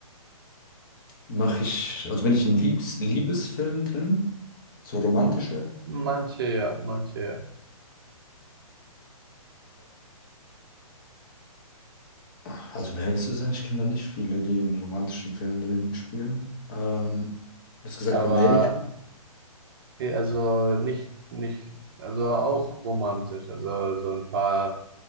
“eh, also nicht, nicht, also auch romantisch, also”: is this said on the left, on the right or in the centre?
Right